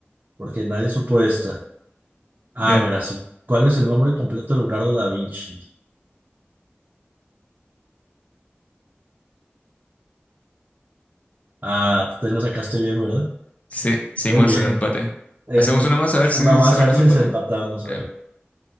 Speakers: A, on the right; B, on the left.
A: porque nadie supo esta. Ah,
B: Ya.
A: mira, sí. ¿Cuál es el nombre completo de Leonardo da Vinci? Ah, tú te lo sacaste bien, ¿verdad?
B: Sí, seguimos
A: Muy bien.
B: en empate.
A: Eh,
B: ¿Hacemos
A: ni-
B: una más a ver
A: una
B: si
A: más,
B: salimos
A: a ver si
B: de empate?
A: se empatamos,
B: Ya.
A: a ver.